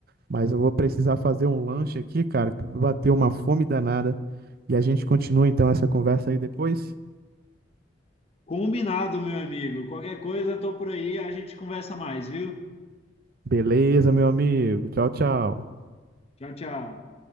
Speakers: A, on the right; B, on the left.
A: Mas eu vou precisar fazer um lanche aqui, cara, que bateu uma fome danada. E a gente continua então essa conversa aí depois?
B: Combinado, meu amigo. Qualquer coisa, eu tô por aí, a gente conversa mais, viu?
A: Beleza, meu amigo. Tchau, tchau.
B: Tchau, tchau.